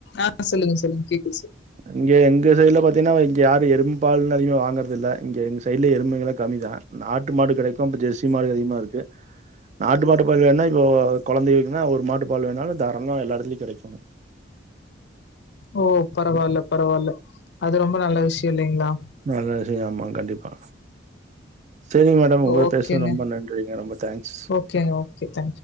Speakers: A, on the left (about 65°); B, on the right (about 40°).
A: ஆ சொல்லுங்க சொல்லுங்க கேக்குது சொ
B: இங்க எங்க சைட்ல பாத்தீங்கனா இங்க யாரு எரும பால் அதிகமே வாங்குறதில்ல இங்க எங்க சைட்ல எருமைங்கலா கம்மி தா நாட்டு மாடு கெடைக்கு இப்ப ஜெர்சி மாடு அதிகமா இருக்கு நாட்டு மாட்டு பால் வேணுன்னா இப்போ கொழந்தைக்கு வைக்குன்னா ஒரு மாட்டு பால் வேணாலு தாராளமா எல்லா எடத்துலயு கெடைக்கு
A: ஓ பரவால்ல பரவால்ல அது ரொம்ப நல்ல விஷ்யம் இல்லைங்களா
B: நல்லது செய்யாமா கண்டிப்பா சேரிங் மேடம் உங்க கூட
A: ஓகேங்க
B: பேசுனது ரொம்ப நன்றிங்க ரொம்ப தேங்க்ஸ்
A: ஓகேங்க ஓகே தேங்க்